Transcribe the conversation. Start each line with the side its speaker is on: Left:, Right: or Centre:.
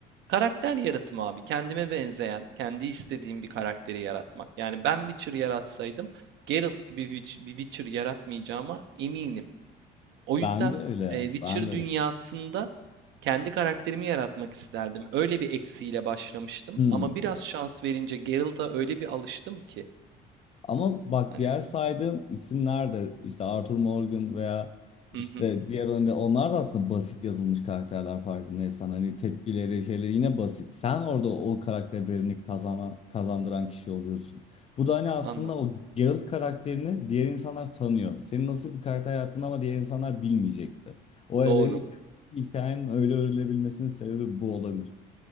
Right: Karakter yaratımı abi. Kendime benzeyen, kendi istediğim bir karakteri yaratmak. Yani ben Witcher yaratsaydım Geralt gibi bir Witch- bir Witcher yaratmayacağıma eminim. O yüzden
Left: Ben de öyle,
Right: e, Witcher
Left: ben de öyle.
Right: dünyasında kendi karakterimi yaratmak isterdim. Öyle bir eksiğiyle başlamıştım
Left: Hmm.
Right: ama biraz şans verince Geralt'a öyle bir alıştım ki
Left: Ama bak
Right: hani
Left: diğer saydığım isimler de işte Arthur Morgan veya
Right: hı
Left: işte
Right: hı
Left: diğer önde onlar da aslında basit yazılmış karakterler farkındaysan hani tepkileri şeyleri yine basit. Sen orada o karaktere derinlik kazana, kazandıran kişi oluyorsun. Bu da hani aslında
Right: anladım.
Left: o Geralt karakterini diğer insanlar tanıyor. Senin nasıl bir karakter yarattığını ama diğer insanlar bilmeyecekti. O
Right: Doğru.
Left: evrenin içerisindeki hikayenin öyle örülebilmesinin sebebi bu olabilir.